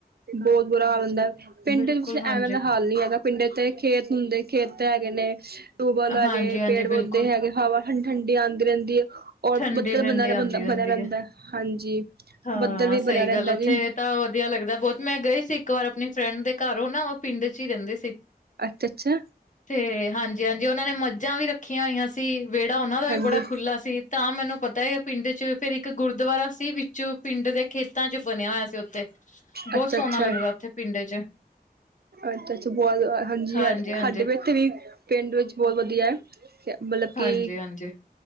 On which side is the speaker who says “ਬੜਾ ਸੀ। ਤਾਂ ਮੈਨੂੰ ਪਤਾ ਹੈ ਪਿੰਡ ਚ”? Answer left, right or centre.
Left